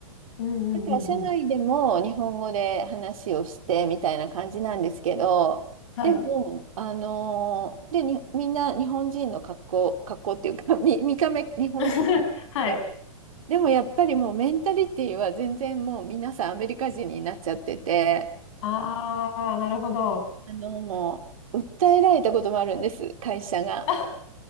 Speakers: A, on the left; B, on the right.
A: うんうんうんうん。
B: だから社内でも日本語で話をしてみたいな感じなんですけど、
A: はい。
B: でも、あのーで、に、みんな日本人の格好、格好っていうか、<laughs> 見、見た目日本人
A: <laughs> はい。
B: だけど、でもやっぱりもうメンタリティは全然もう皆さんアメリカ人になっちゃってて、
A: ああ、なるほど。
B: あのーもう訴えられたこともあるんです、会社が。
A: あ、